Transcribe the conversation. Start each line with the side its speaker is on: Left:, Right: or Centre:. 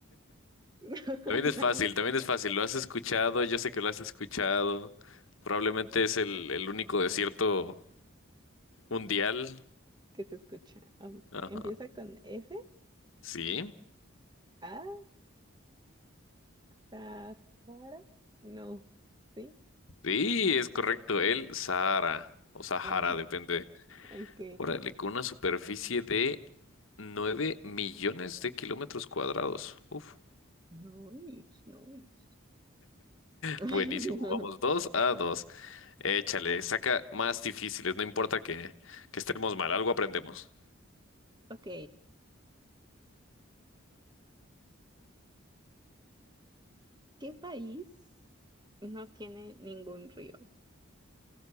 Right: No,
Left: También
Right: no,
Left: es fácil, también es fácil. Lo has escuchado, yo sé que lo has escuchado. Probablemente es el, el único desierto mundial.
Right: que se escucha. Am-
Left: Ajá.
Right: Empieza con S,
Left: Sí.
Right: A, Sahara. No, ¿sí?
Left: Sí, es correcto. El Sahara o Sahara,
Right: Ah,
Left: depende.
Right: ok.
Left: Órale, con una superficie de 9 millones de kilómetros cuadrados. Uf,
Right: Nice, nice. <laughs>
Left: buenísimo. Vamos dos a dos. Échale, saca más difíciles, no importa que, que estemos mal, algo aprendemos.
Right: Ok, ¿Qué país no tiene ningún río?